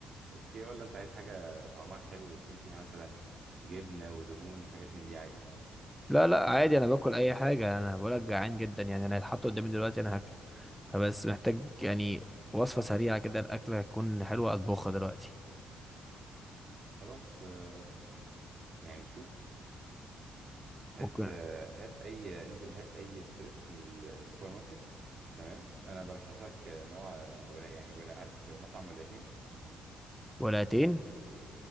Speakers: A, on the right; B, in the centre.
A: أوكي ولا أنت عايز حاجة طعمها حلو ويكون فيها مثلا جبنة ودهون وحاجات من دي عادي
B: لا لا عادي انا باكل اي حاجه انا بقول لك جعان جدا يعني انا هيتحط قدامي دلوقتي انا هاكله فبس محتاج يعني وصفه سريعه كده الاكله تكون حلوه اطبخها دلوقتي
A: خلاص آه، يعني شوف هات
B: ممكن
A: آه، هات أي انزل هات أي ستريبس من ال- السوبر ماركت تمام أنا برشح لك آه، نوع آه، ولا يعني ولا عارف آه، مطعم ولاتين
B: ولاتين